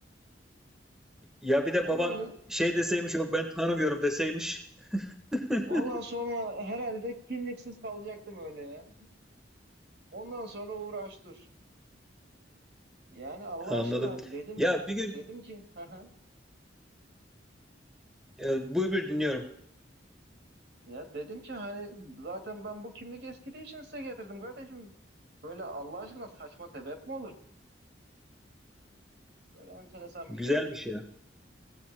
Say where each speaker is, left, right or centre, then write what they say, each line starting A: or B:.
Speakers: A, in the centre; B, on the right.
A: Ya bir de
B: Ya
A: baban
B: böyle
A: şey deseymiş yok ben tanımıyorum deseymiş. <laughs>
B: valla sonra herhalde kimliksiz kalacaktım öyle ya. Ondan sonra uğraş dur. Yani Allah
A: Anladım.
B: aşkına dedim
A: Ya
B: ki
A: bir gün
B: dedim ki <laughs> haha.
A: e, buyur buyur dinliyorum.
B: ya dedim ki hani zaten ben bu kimlik eskidiği için size getirdim kardeşim. Böyle Allah aşkına saçma sebep mi olur? Böyle enteresan
A: Güzelmiş
B: bir şeydi.
A: ya.